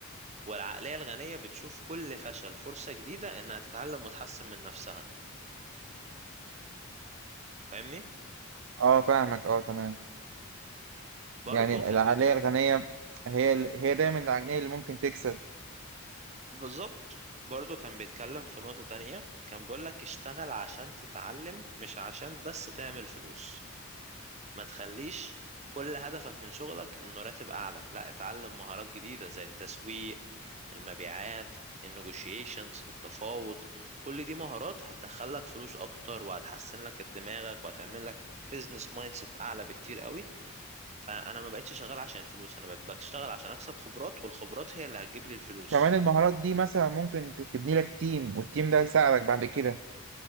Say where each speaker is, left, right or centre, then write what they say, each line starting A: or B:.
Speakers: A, on the right; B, on the right.
A: والعقلية الغنية بتشوف كل فشل فرصة جديدة إنها تتعلم وتحسن من نفسها فاهمني؟
B: أه فاهمك أه تمام
A: برضو
B: يعني ال-
A: كان
B: العقلية
A: بت...
B: الغنية هي ال- هي دايما العقلية اللي ممكن تكسب
A: بالظبط برضو كان بيتكلم في نقطة تانية كان بيقول لك اشتغل عشان تتعلم مش عشان بس تعمل فلوس ما تخليش كل هدفك من شغلك انه راتب اعلى لا اتعلم مهارات جديدة زي التسويق المبيعات النيجوشيشنز التفاوض كل دي مهارات هتدخلك فلوس اكتر وهتحسن لك دماغك وهتعمل لك بيزنس مايند سيت اعلى بكتير قوي فانا ما بقتش شغال عشان الفلوس انا بقيت بشتغل عشان اكسب خبرات والخبرات هي اللي هتجيب لي الفلوس
B: كمان المهارات دي مثلا ممكن ت- تبني لك تيم والتيم ده يساعدك بعد كده